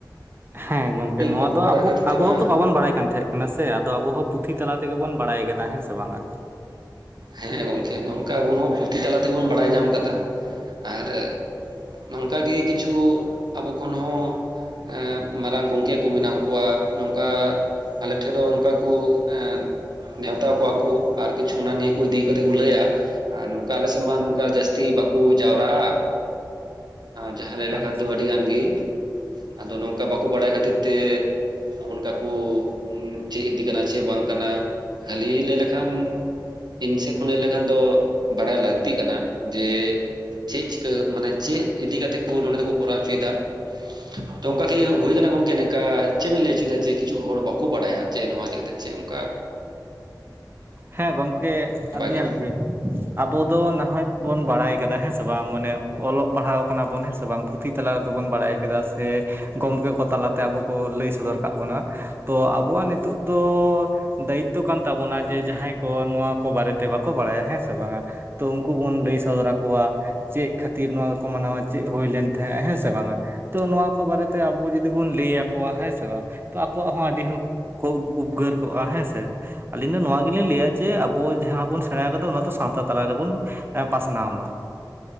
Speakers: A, on the right; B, on the right.
A: ᱦᱮᱸ ᱜᱚᱝᱠᱮ ᱱᱚᱣᱟ
B: ᱵᱟᱠᱚ
A: ᱫᱚ
B: ᱵᱟᱲᱟᱭ
A: ᱟᱵᱚ
B: ᱠᱷᱟᱹᱛᱤᱨ
A: ᱟᱵᱚ
B: ᱛᱮᱢᱟ
A: ᱦᱚᱸᱛᱚ ᱵᱟᱵᱚᱱ ᱵᱟᱲᱟᱭ ᱠᱟᱱ ᱛᱟᱦᱮᱸᱜ ᱠᱟᱱᱟ ᱥᱮ ᱟᱫᱚ ᱟᱵᱚ ᱦᱚᱸ ᱯᱩᱛᱷᱤ ᱛᱟᱞᱟ ᱛᱮᱜᱮ ᱵᱚᱱ ᱵᱟᱰᱟᱭ ᱠᱟᱫᱟ ᱦᱮᱸ ᱥᱮ ᱵᱟᱝᱟ!
B: ᱦᱮᱸ ᱦᱮᱸ ᱜᱚᱝᱠᱮ ᱱᱚᱝᱠᱟ ᱟᱵᱚ ᱦᱚᱸ ᱯᱩᱷᱛᱤ ᱛᱟᱞᱟ ᱛᱮᱜᱮᱵᱚᱱ ᱵᱟᱰᱟᱭ ᱧᱟᱢ ᱠᱟᱫᱟ ᱾ ᱟᱨ ᱱᱚᱝᱠᱟᱜᱮ ᱠᱤᱪᱷᱩ ᱟᱵᱚ ᱠᱷᱚᱱ ᱦᱚᱸ ᱦᱮᱸ ᱢᱟᱨᱟᱝ ᱜᱚᱝᱠᱮ ᱠᱚ ᱢᱮᱱᱟᱜ ᱠᱳᱣᱟ ᱱᱳᱝᱠᱟ ᱟᱞᱮ ᱴᱷᱮᱫ ᱫᱚ ᱚᱱᱠᱟ ᱠᱚ ᱮᱫ ᱱᱮᱣᱛᱟ ᱠᱚᱣᱟ ᱠᱚ ᱟᱨ ᱠᱤᱪᱷᱩ ᱚᱱᱟ ᱱᱤᱭᱟᱹ ᱠᱚ ᱤᱫᱤ ᱠᱟᱛᱮᱜ ᱠᱚ ᱞᱮᱭᱟ ᱾ ᱟᱨ ᱱᱚᱝᱠᱟ ᱟᱞᱮ ᱥᱮᱜ ᱢᱟ ᱱᱚᱝᱠᱟ ᱡᱟᱹᱥᱛᱤ ᱵᱟ ᱠᱩᱻ ᱡᱟᱣᱨᱟᱜᱼᱟ ᱡᱟᱸᱦᱟᱸ ᱞᱮᱭ ᱞᱮᱠᱷᱟᱱ
A: ᱟᱪᱪᱷᱟ
B: ᱫᱚ ᱟᱹᱰᱤ ᱜᱟᱱ ᱜᱮ ᱾ ᱟᱫᱚ ᱱᱚᱝᱠᱟ ᱵᱟᱠᱚ ᱵᱟᱲᱟᱭ ᱠᱷᱟᱹᱛᱤᱨ ᱛᱮ ᱦᱚᱜᱼᱚᱱᱠᱟ ᱠᱚ ᱩ, ᱸ ᱪᱮᱫ ᱤᱫᱤ ᱠᱟᱱᱟ ᱪᱮᱫ ᱵᱟᱝ ᱠᱟᱱᱟ ᱠᱷᱟᱹᱞᱤ ᱞᱮᱭ ᱞᱮᱠᱷᱟᱱ ᱤᱧ ᱥᱮᱫ ᱠᱷᱚᱱ ᱞᱮᱭ ᱞᱮᱠᱷᱟᱱ ᱫᱚ ᱵᱟᱰᱟᱭ ᱞᱟᱠᱛᱤᱜ ᱠᱟᱱᱟ ᱡᱮ ᱪᱮᱫ ᱪᱤᱠᱟᱹ ᱢᱟᱱᱮ ᱪᱮᱫ ᱤᱫᱤ ᱠᱟᱛᱮᱜ ᱠᱚ ᱱᱚᱰᱮ ᱫᱚᱠᱚ ᱠᱳᱨᱟᱣ ᱦᱚᱪᱚᱭ ᱫᱟ? ᱛᱚ ᱝᱠᱟ ᱜᱮ
A: ᱦᱩᱸ
B: ᱦᱳᱭ ᱠᱟᱱᱟ ᱜᱚᱝᱠᱮ ᱱᱚᱝᱠᱟ ᱪᱮᱫ ᱵᱮᱱ ᱞᱮᱭ ᱦᱚᱪᱚᱭ ᱫᱟ ᱡᱮ ᱠᱤᱪᱷᱩ ᱦᱚᱲ ᱵᱟᱠᱚ ᱵᱟᱲᱟᱭᱟ ᱡᱮ ᱱᱚᱣᱟ ᱤᱫᱤ ᱠᱟᱛᱮᱜ ᱪᱮᱫᱽ ᱚᱝᱠᱟ
A: ᱦᱮᱸ ᱜᱚᱢᱠᱮ ᱟᱫ ᱧᱮᱞ
B: ᱠᱚᱜᱼᱟ
A: ᱵᱤᱱ ᱾ ᱟᱵᱚ ᱫᱚ ᱱᱟᱦᱟᱜ ᱵᱚᱱ ᱵᱟᱲᱟᱭ ᱠᱟᱫᱟ ᱦᱮᱸ ᱥᱮ ᱵᱟᱝ ᱢᱟᱱᱮ ᱚᱞᱚᱜ ᱯᱟᱲᱦᱟᱣ ᱠᱟᱱᱟ ᱵᱚᱱ ᱦᱮᱸ ᱥᱮ ᱵᱟᱝ ᱯᱩᱛᱷᱤ ᱛᱟᱞᱟ ᱨᱮᱫᱚ ᱵᱚᱱ ᱵᱟᱲᱟᱭ ᱠᱮᱫᱟ ᱥᱮ ᱜᱚᱢᱠᱮ ᱠᱚ ᱛᱟᱞᱟᱛᱮ ᱟᱵᱚ ᱠᱚ ᱞᱮᱭ ᱥᱚᱫᱚᱨ ᱠᱟᱜ ᱵᱚᱱᱟ ᱾ ᱛᱚ ᱟᱵᱚᱣᱟᱜ ᱱᱤᱛᱳᱜ ᱫᱚ ᱫᱟᱭᱤᱛᱛᱚ ᱠᱟᱱ ᱛᱟᱵᱚᱱᱟ ᱡᱮ ᱡᱟᱸᱦᱟᱸᱭ ᱠᱚ ᱱᱚᱣᱟ ᱠᱚ ᱵᱟᱨᱮᱛᱮ ᱵᱟᱠᱚ ᱵᱟᱲᱟᱭᱟ ᱦᱮᱸ ᱥᱮ ᱵᱟᱝᱟ ᱛᱚ ᱩᱝᱠᱩ ᱵᱚᱱ ᱞᱮᱭ ᱥᱚᱫᱚᱨ ᱟᱠᱚᱭᱟ ᱾ ᱪᱮᱫᱽ ᱠᱷᱟᱹᱛᱤᱨ ᱱᱚᱣᱟ ᱫᱚᱠᱚ ᱢᱟᱱᱟᱣᱟ? ᱪᱮᱫ ᱦᱳᱭ ᱞᱮᱱ ᱛᱟᱸᱦᱮᱜ? ᱦᱮᱸ ᱥᱮᱜ ᱵᱟᱝᱟ! ᱛᱚ ᱱᱚᱣᱟ ᱠᱚ ᱵᱟᱨᱮᱛᱮ ᱟᱵᱚ ᱡᱩᱫᱤ ᱵᱚᱱ ᱞᱮᱭ ᱟᱠᱚᱣᱟ ᱦᱮᱸ ᱥᱮ ᱵᱟᱝ ᱛᱚ ᱟᱠᱚᱣᱟᱜ ᱦᱚᱸ ᱟᱹᱰᱤ ᱦᱚᱸ ᱠᱚ ᱩᱫᱜᱟᱹᱨ ᱠᱚᱜᱼᱟ ᱦᱮᱸ ᱥᱮ ᱟᱞᱤᱧ ᱫᱚ ᱱᱚᱣᱟ ᱜᱤᱞᱤᱧ ᱞᱮᱭᱟ ᱡᱮ ᱟᱵᱚ ᱡᱟᱸᱦᱟᱸ ᱵᱚᱱ ᱥᱮᱬᱟ ᱠᱟᱫᱟ ᱚᱱᱟ ᱫᱚ ᱥᱟᱶᱛᱟ ᱛᱟᱞᱟᱨᱮᱵᱚᱱ ᱯᱟᱥᱱᱟᱣ ᱢᱟ ᱾